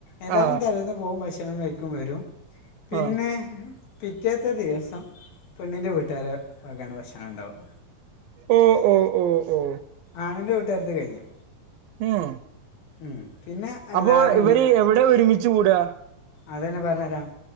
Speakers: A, on the left; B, on the right.
A: എല്ലാരും
B: ആ
A: തലേന്നു പോകും ഭക്ഷണംകഴിക്കും വരും പിന്നെ
B: ആ
A: പിറ്റേത്തെ ദിവസം പെണ്ണിൻ്റെ വീട്ടുകാര് വകയാണ് ഭക്ഷണം ഉണ്ടാവുക
B: ഓ ഓ ഓ ഓ
A: ആണിന്റെ വീട്ടുകാരത്തെ കഴിഞ്ഞു
B: ഉം
A: ഉം പിന്നെ എല്ലാവരും
B: അപ്പൊ ഇവര് എവിടെയാ ഒരുമിച്ചുകൂടുകാ
A: അതുതന്നെ പറഞ്ഞുതരാം